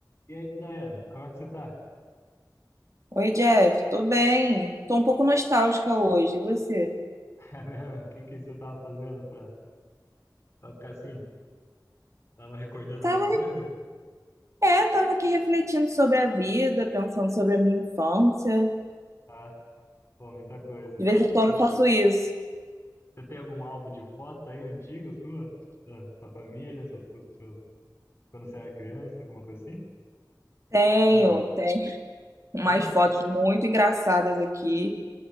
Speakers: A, on the left; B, on the right.
A: E aí, Daiane, como é que você tá?
B: Oi, Jeff, tô bem. Tô um pouco nostálgica hoje. E você?
A: <laughs> É mesmo? O que que você tava fazendo pra, pra ficar assim? Tava recordando
B: Tava,
A: alguma coisa?
B: é, tava aqui refletindo sobre a vida, pensando sobre a minha infância.
A: Ah, pô, muita coisa.
B: De vez em quando
A: Você,
B: eu faço isso.
A: você tem algum álbum de foto aí antigo sua? Da sua família, seus, seus, quando você era criança, alguma coisa assim?
B: Tenho,
A: Ou não?
B: tenho umas
A: Tem?
B: fotos
A: <laughs>
B: muito engraçadas aqui